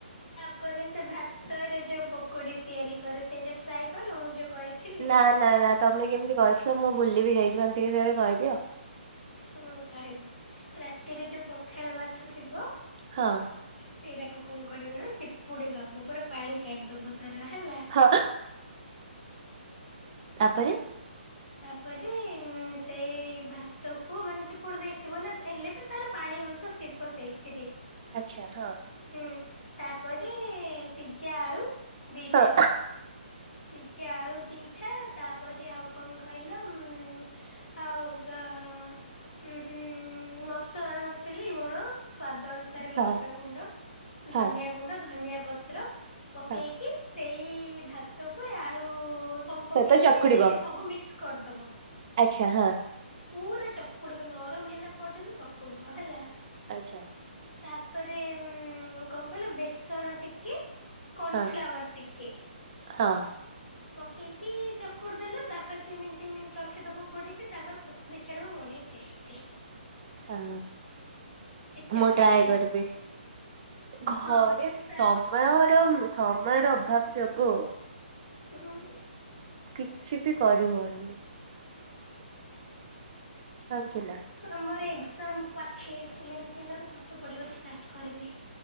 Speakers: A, on the left; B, on the right.
A: ତାପରେ ସେ ଭାତରେ ଯୋଉ ପକୁଡି ତିଆରି କରେ ସେଇଟା ଟ୍ରାଏ କଲ? ମୁଁ ଯୋଉ କହିଥିଲି?
B: ନା ନା ନା ତମେ କେମିତି କହିଥିଲ ମୁଁ ଭୁଲି ବିି ଯାଇଛି ମତେ ଟିକେ ଥରେ କହିଦିଅ?
A: ହଁ କହିବି, ରାତିରେ ଯୋଉ ପଖାଳ ଭାତ ଥିବ
B: ହଁ।
A: ସେଇଟାକ କଣ କରିବ ନା ଚିପୁଡି ଦବ ପୁରା ପାଣି କାଢିଦବ ତାର ହେଲା।
B: ହଁ ତାପରେ?
A: ତାପରେ ସେଇ ଭାତ କୁ ମାନେ ଚିପୁଡି ଦେଇଥିବ ନା, ହେଲେ ବି ତାର ପାଣି ଅଂଶ ଥିବ ସେଇଥିରେ।
B: ଆଚ୍ଛା ହଁ।
A: ହୁଁ ତାପରେ ସିଝା ଆଳୁ ଦିଟା
B: ହଁ
A: ସିଝା ଆଳୁ ଦିଟା, ତାପରେ ଆଉ କଣ କହିଲ? ଉ ହଉଗଅଁ ହୁଁ ହୁଁ ମସଲା ମସଲି ଲୁଣ ସ୍ୱାଦ ଅନୁ ସାରେ ଲଙ୍କାଗୁଣ୍ଡ
B: ହଁ ହଁ
A: ଧନିଆ ଗୁଣ୍ଡ, ଧନିଆ ପତ୍ର, ପକେଇକି
B: ହଁ
A: ସେଇ ଭାତକୁ ଆଳୁ ସବୁ
B: ସେତ
A: ପକେଇ
B: ଚକୁଡିବ
A: କି ସବୁ ମିକ୍ସ କରିଦେବ
B: ଆଚ୍ଛା ହଁ।
A: ପୁରା ଚକୁଡିବ ନରମ ହେଲା ପର୍ଯ୍ୟନ୍ତ ଚକୁଡିବ ହେଲା।
B: ଆଚ୍ଛା।
A: ତାପରେ ଉ କଣ କହିଲ ବେସନ ଟିକେ କନଫ୍ଲାୱାର
B: ହଁ
A: ଟିିକେ
B: ହଁ
A: ପକେଇକି ଚକୁଡି ଦେଲ ତାପରେ ଦି ମିନିଟ ତିନି ମିନିଟ୍ ରଖିଦବ ଘୋଡିକି ତାପରେ ପକୁଡି ଛାନିବ ବଢ଼ିଆ ଟେଷ୍ଟି।
B: ହଁ।
A: କେଚପ
B: ମୁଁ ଟ୍ରାଏ
A: ରେ ଖାଇବ
B: କରିବି। ଘରେ
A: ହଁ ତା
B: ସମୟର ସମୟର ଅଭାବ ଯୋଗୁ
A: ହୁଁ।
B: କିଛି ବି କରିହଉନି। ହଁ କି ନା।
A: ଆମର ଏକ୍ଜାମ ପାଖେଇ ଆସିଲେଣିି କିନ୍ତୁ ପାଠ ପଢିବା ଷ୍ଟାର୍ଟ କରିନି।